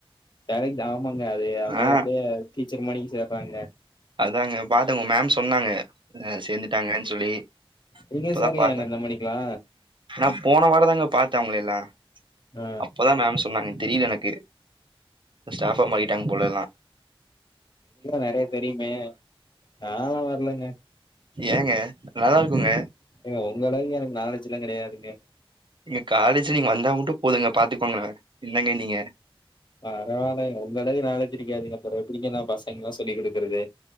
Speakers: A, on the left (about 50°); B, on the right (about 55°).
A: வேலைக்கு தா ஆமாங்க அது அவங்க
B: ஆ
A: எப்படியே டீச்சர் மாரிக்கு சேர்றாங்க
B: அதாங்க பாத்துங்க மேம் சொன்னாங்க ஆ சேந்துட்டாங்கன்னு சொல்லி
A: நீங்க
B: இப்பதா
A: சேர்லையாங்க
B: பாத்த
A: இந்த மணிக்கெல்லா
B: நா போன வாரந்தாங்க பாத்தே அவங்கலலயெல்லா
A: ஆ
B: அப்போதா மேம் சொன்னாங்க தெரியல எனக்கு ஸ்டாப்பா மாரீட்டாங்க போல எல்லா
A: இங்க நெறைய தெரியுமே நால்ல வரலங்க
B: ஏங்க நல்லா இருக்குங்க
A: ஏங்க உங்க அளவுக்கு எனக்கு நாலேஜ் எல்லா கெடையாதுங்க
B: ஏ காலேஜு நீங்க வந்தா மட்டு போதுங்க பாத்துக்கோங்க என்னங்க நீங்க
A: பரவால்ல இந்த அளவு நாலேஜ் இருக்க ‌நீங்க அப்பறோ எப்டிங்க நா பசங்கலா சொல்லி குடுக்குறது